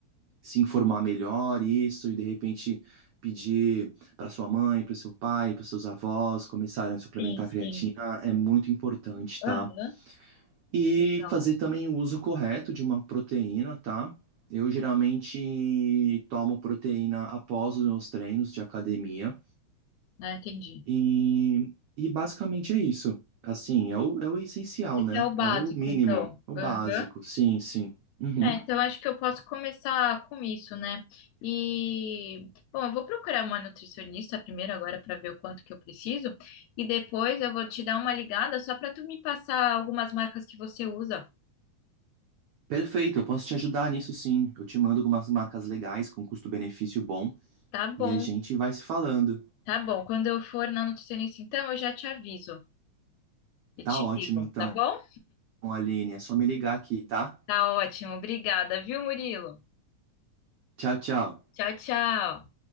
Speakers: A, on the right; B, on the left.
A: se informar melhor isso e de repente pedir para sua mãe, para seu pai, para seus avós começarem a suplementar
B: Sim, sim.
A: a creatina, é muito importante,
B: Aham,
A: tá? E
B: Legal.
A: fazer também o uso correto de uma proteína, tá? Eu geralmente tomo proteína após os meus treinos de academia
B: Ah, entendi.
A: e, e basicamente é isso. Assim, é o, é o essencial,
B: Esse
A: né?
B: é o básico,
A: É o mínimo,
B: então.
A: o
B: Aham.
A: básico. Sim, sim. Uhum.
B: É, então acho que eu posso começar com isso, né? E, bom, eu vou procurar uma nutricionista primeiro agora para ver o quanto que eu preciso e depois eu vou te dar uma ligada só para tu me passar algumas marcas que você usa.
A: Perfeito, eu posso te ajudar nisso sim. Eu te mando algumas marcas legais com custo-benefício bom
B: Tá bom,
A: e a gente vai se falando.
B: tá bom. Quando eu for na nutricionista, então eu já te aviso e
A: Tá
B: te
A: ótimo,
B: digo,
A: então,
B: tá bom?
A: Aline. É só me ligar aqui, tá?
B: Tá ótimo, obrigada, viu, Murilo?
A: Tchau, tchau.
B: Tchau, tchau.